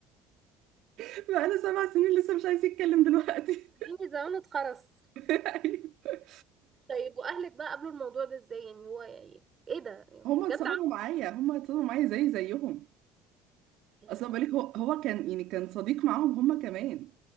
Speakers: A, on the right; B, on the right.
A: <laughs> بقاله سبع سنين لسه مش عايز يتكلم دلوقتي
B: يعني زمانه اتخرس
A: <laughs> أيوة.
B: طيب واهلك بقى قبلوا الموضوع ده ازاي يعني هو يعني ايه ده يعني
A: هما
B: بجد
A: اتصدموا
B: عم-
A: معايا هما اتصدموا معايا زي زيهم
B: يا
A: اصلا بالك
B: الله
A: هو هو كان يعني كان صديق معاهم هما كمان